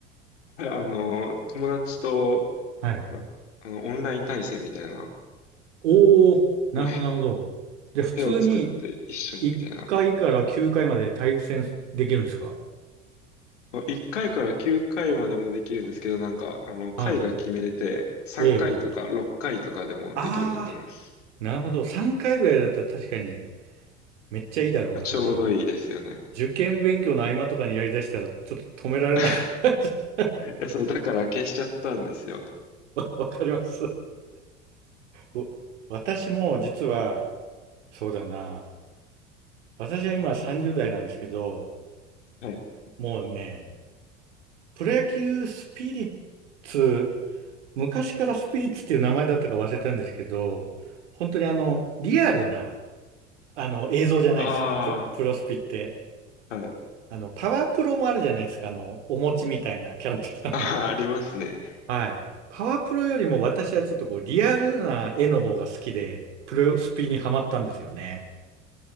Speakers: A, on the left; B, on the right.
A: はいあの、友達と、
B: はい。
A: ああの、オンライン対戦みたいな、
B: おお、なるほど、
A: あの、
B: なるほど。じゃあ、普通に
A: 部屋を作って一緒にみたいな
B: 1回かいから9回まで対戦できるんですか
A: 1回かいから9回までもできるんですけど、なんか、あの、回が決めれて、
B: は
A: 3回とか6回とかでもできるようになってます。
B: い。ええ。ああ、なるほど。3回ぐらいだったら確かにめっちゃいいだろうな、
A: まあちょうどいいですよね。
B: それ。受験勉強の合間とかにやりだしたらちょっと止められない。
A: <laughs>
B: <laughs>
A: いや、そう、だから消しちゃったんですよ。
B: わわかります。お私も実は、そうだな。私は今30代なんですけど、
A: はい。
B: もうね、プロ野球スピリッツ昔からスピリッツっていう名前だったか忘れたんですけど、本当にあの、リアルな、あの、映像じゃないですか、
A: あ
B: プ、プロスピって。
A: あ、はい。
B: あの、パワープロもあるじゃないですか、あの、お餅みたいなキャラクターの。
A: ああ、ありますね。
B: はい。パワープロよりも私はちょっとこう、リアルな絵の方が好きで、プロスピにハマったんですよね。